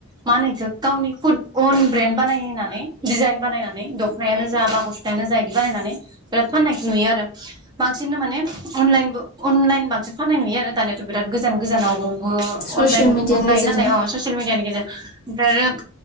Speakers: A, on the right; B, on the left.
A: मा होनो एखो गावनि खुद अन ब्रेन्ड बानायहोनानै डिजाइन बानायनानै दखनायानो जा बा गस्लायानो जा इदि बानायनानै बिराद फाननायखौ नुयो आरो बांसिन माने अनलाइनबो अनलाइन बांसिन फाननाय नुयो आरो दानियाथ बिराद गोजान गोजानाव बो
B: बांसिन
A: अनलाइन
B: माने
A: हरनो
B: अनलाइनखौ अनलाइन बांसिन फाननाय नुयो आरो दानिया बिराद गोजान गोजानाव ससियेल मिडियानि
A: हायो
B: गेजेरजों
A: नालाय अ ससियेल मिडियानि गेजेरजो ओमफ्राय आरो